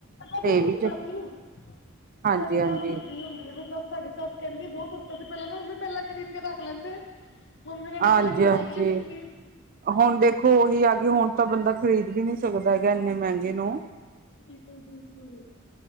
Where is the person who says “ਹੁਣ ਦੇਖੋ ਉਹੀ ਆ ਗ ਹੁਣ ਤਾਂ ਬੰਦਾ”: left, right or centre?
Right